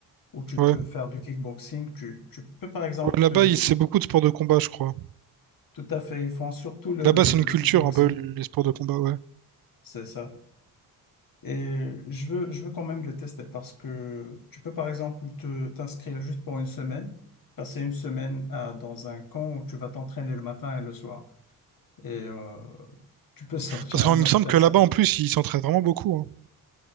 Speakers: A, on the left; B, on the right.
A: où tu
B: Ouais.
A: peux faire du kickboxing. Tu, tu peux, par exemple,
B: Ouais, Là-bas,
A: te,
B: il- c'est beaucoup de sports de combat, je crois.
A: tout à fait, ils font surtout le,
B: Là-bas, c'est une
A: le
B: culture
A: kickboxing.
B: un peu, les sports de combat, ouais.
A: C'est ça. Et je veux, je veux quand même le tester parce que tu peux, par exemple, te, t'inscrire juste pour une semaine, passer une semaine à- dans un camp où tu vas t'entraîner le matin et le soir. Et euh, tu peux <laughs> sortir
B: Parce qu'il
A: à une
B: me
A: autre
B: semble
A: personne.
B: que là-bas, en plus, ils s'entraînent vraiment beaucoup. hein.